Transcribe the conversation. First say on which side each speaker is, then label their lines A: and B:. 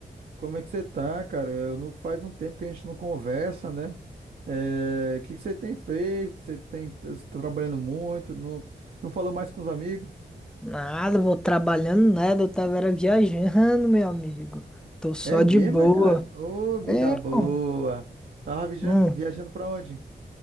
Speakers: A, on the right; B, in the centre.
A: Como é que você tá, cara? Eu não... Faz um tempo que a gente não conversa, né? É... O que que você tem feito? Você tem... você tá trabalhando muito? Não... não falou mais com os amigos?
B: Nada, vou trabalhando nada, eu tava era viajando, meu amigo. Tô só
A: É mesmo,
B: de boa.
A: é, cara? Ô, vida
B: É,
A: boa!
B: pô.
A: Tava viajando,
B: Hum,
A: viajando pra onde?